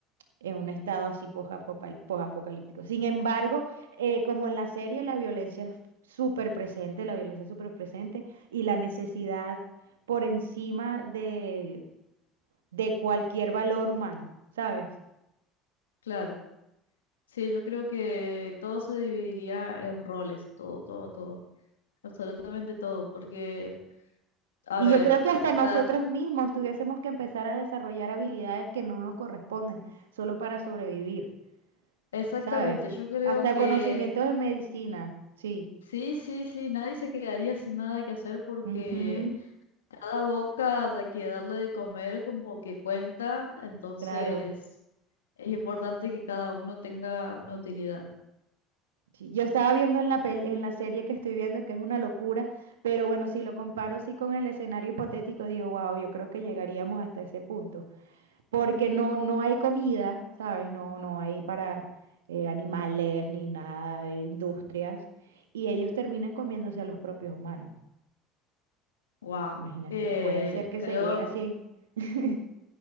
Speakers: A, on the right; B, on the left.
A: en un estado así posapocal- posapocalíptico. Sin embargo, eh, como en la serie, la violencia es súper presente, la violencia es súper presente y la necesidad por encima de, de cualquier valor humano, ¿sabes?
B: claro. Sí, yo creo que todo se dividiría en roles, todo, todo, todo, absolutamente todo, porque, a
A: Y
B: ver,
A: yo creo que hasta
B: da,
A: nosotros mismos tuviésemos que empezar a desarrollar habilidades que no nos corresponden solo para sobrevivir.
B: exactamente,
A: ¿sabes?
B: yo creo
A: Hasta
B: que
A: conocimientos de medicina, sí.
B: sí, sí, sí, nadie se quedaría sin nada que hacer porque
A: Ujú,
B: cada boca da- que darle de comer como que cuenta, entonces
A: claro.
B: es importante que cada uno tenga una utilidad.
A: Sí, Yo estaba viendo en la pel- en la serie que estoy viendo que es una locura, pero bueno, si lo comparo así con el escenario hipotético, digo, wow, yo creo que llegaríamos hasta ese punto, porque no, no hay comida, ¿sabes? No, no hay para eh, animales ni nada de industrias, y ellos terminan comiéndose a los propios humanos.
B: Wow.
A: Imagínate,
B: Eh,
A: puede ser que
B: creo,
A: se llegue a cien <laughs>